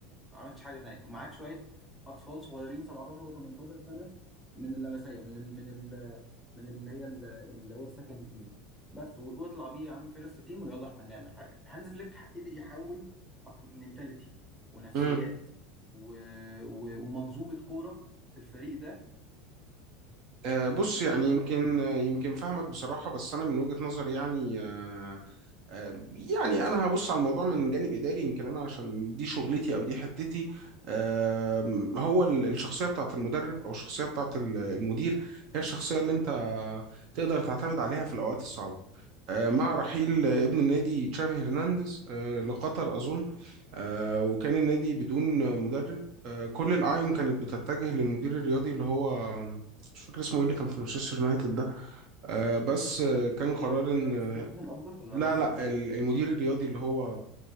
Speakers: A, in the centre; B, on the right.
A: ما عملتش حاجه تانية ومعاك شويه اطفال صغيرين 17 و18 سنه من اللمسيه من ال من ال من اللي هي ال- اللي هو السكند تيم بس و- واطلع بيه يا عم فيرست تيم ويلا احنا هنعمل حاجه هانز فليك قدر يحول منتاليتي ونفسيات
B: امم
A: و... و... ومنظومه كوره في الفريق ده
B: آه، بص
A: ومنظومه
B: يعني يمكن آه، يمكن فاهمك بصراحة بس أنا من وجهة نظري يعني آه، آه، يعني أنا هبص على الموضوع من جانب إداري يمكن أنا عشان دي شغلتي أو دي حتتي آه، هو ال- الشخصية بتاعت المدرب أو الشخصية بتاعت ال- المدير هي الشخصية اللي أنت تقدر تعتمد عليها في الأوقات الصعبة آه، مع رحيل ابن النادي تشافي هرنانديز آه، لقطر أظن آه، وكان النادي بدون مدرب آه، كل الأعين كانت بتتجه للمدير الرياضي اللي هو مش فاكر اسمه ايه اللي كان في مانشستر يونايتد ده آه، بس آه، كان قرار
A: سير
B: ان
A: أليكس
B: آه،
A: فيرجسون قصدك ولا
B: لا
A: قصدك
B: لا
A: على مين؟
B: ال- المدير الرياضي اللي هو